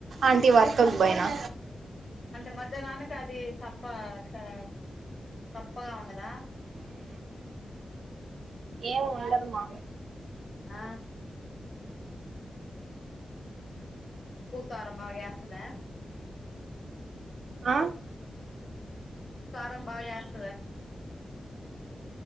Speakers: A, on the right (about 85°); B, on the left (about 45°).
A: అంటి వర్క్ బైనా
B: అంటే మధ్యాహ్నానికి అది సప్ప సా సప్పగా ఉండదా
A: ఏం ఉండదుమా
B: ఆ ఉప్పు కారం బాగాఏస్తదా
A: ఆ
B: కానీ బాగా చేస్